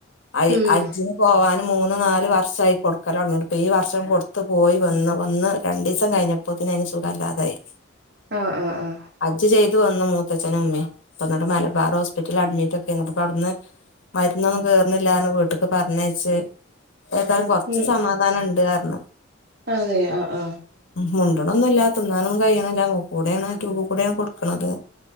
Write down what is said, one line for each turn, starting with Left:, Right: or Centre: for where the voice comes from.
Left: അയ്
Right: ഉം
Left: അജ്ജിന് പോവാന് മൂന്ന് നാല് വർഷായി കൊട്ക്കലൊട്ങ്ങീട്ട് ഇപ്പ ഈ വർഷം കൊടുത്ത് പോയി വന്ന് വന്ന് രണ്ടീസം കഴ്ഞ്ഞ അപ്പത്തിന് അയ്ന് സുഖല്ലാതായി
Right: ആഹ് ആഹ് ആഹ്
Left: അജ്ജ് ചെയ്ത് വന്ന് മൂത്തച്ഛനും ഇമ്മീം ഇപ്പ ഇന്ന്ട്ട് മലബാർ ഹോസ്പിറ്റലി അഡ്മിറ്റൊക്കെർണ് ഇന്ന്ട്ട്പ അവ്ട്ന്ന് മരുന്നൊന്നും കേറ്ണില്ലാർഞ് വീട്ട്ക്ക് പറഞ്ഞയച്ച് ഏതായാലും കൊറ്ച്ച്
Right: ഉം
Left: സമാധാന ഇണ്ട് അർഞ്ഞ്
Right: അതെ ആ ആ
Left: മുണ്ട്ണൊന്നില്ലാ തിന്നാനൊന്നും കയ്യ്ണില്ല മൂക്ക് കൂടേണ് ട്യൂബു കൂടേണ് കൊട്ക്ക്ണത്